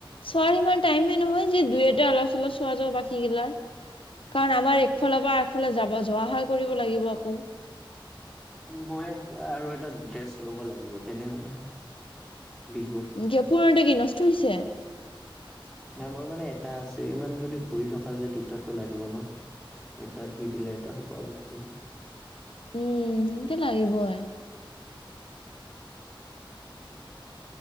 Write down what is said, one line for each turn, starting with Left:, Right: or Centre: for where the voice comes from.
Left: চোৱাৰ ইমান টাইমেই নহয়, যি দুই, এটা অলপ চলপ চোৱা যাব বাকীগিলাৰ, কাৰণ আমাৰ একফালৰ পৰা আগফালে যাব যোৱা -অহা কৰিব লাগিব আকৌ।
Centre: উ মই আৰু এটা ড্ৰেছ ল'ব লাগিব তেনেহলে। বিহুৰ
Left: <unintelligible> অ পূৰণাতো কি নষ্ট হৈছি। <unintelligible>
Centre: মেমৰ মানে এটা আছে, ইমান যদি ঘূৰি থকা যায় দুটাটো লাগিব ন' এটা ধুই দিলে এটা শুকাব লাগিব।
Left: উম, সিটো লাগিবই।